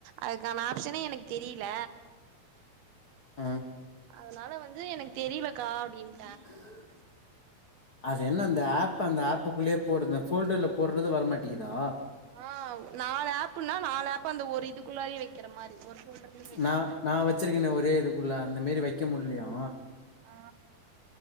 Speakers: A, on the right; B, on the left.
A: அதுக்கான ஆப்ஷனே எனக்கு தெரியில
B: ஆ
A: அதனால வந்து எனக்கு தெரியலக்கா அப்டினு
B: உ அது என்ன அந்த ஆப் அந்த ஆப்புக்குள்ளேயே போடுதுந்த ஃபோல்டர்ல போடுறது வரமாட்டேங்குதா
A: ஆ நாலு ஆப்புன்னா நாலு ஆப் அந்த ஒரு இதுக்குள்ளாரே வைக்கிற மாரி ஒரு ஃபோல்டர்லயே வைக்கிற
B: நா
A: மாரி
B: நா வச்சுருக்கேனே ஒரே இதுக்குள்ள அந்த மாரி வைக்க முல்லயா
A: ஆ